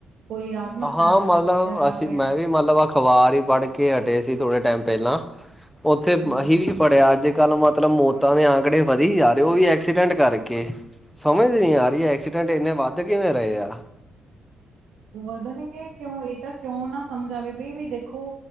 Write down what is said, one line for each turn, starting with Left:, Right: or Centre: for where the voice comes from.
Right: ਕੋਈ 'ਆਤਮ
Centre: ਹਾਂ
Right: ਹੱਤਿਆ' ਕਰ।
Centre: ਮਤਲਬ
Right: ਕਰ
Centre: ਅਸੀਂ
Right: ਰਿਹਾ
Centre: ਮੈਂ
Right: ਹੈ।
Centre: ਵੀ ਮਤਲਬ ਅਖ਼ਬਾਰ ਹੀ ਪੜ੍ਹ ਕੇ ਹਟੇ ਸੀ, ਥੋੜੇ ਟਾਈਮ ਪਹਿਲਾਂ। ਉੱਥੇ ਅਸੀਂ
Right: ਹਮ
Centre: ਵੀ ਪੜਿਆ ਅੱਜ। ਕੱਲ ਮਤਲਬ ਮੌਤਾਂ ਦੇ ਆਂਕੜੇ ਵਧੀ, ਜਾ ਰਹੇ ਉਹ ਵੀ 'ਐਕਸੀਡੈਂਟ' ਕਰਕੇ ਸਮਝ ਨਹੀਂ ਆ ਰਹੀ? ਅ 'ਐਕਸਸੀਡੈਂਟ' ਇਹਨੇ ਵਾਧੇਏਂ ਰਹੇ ਆ।
Right: ਵਧਣਗੇ ਕਿਉਂ, ਇਹ ਤਾਂ ਕਿਉਂ ਨਾ ਸਮਝ ਆਵੇ ਬਈ ਵੀ ਦੇਖੋ।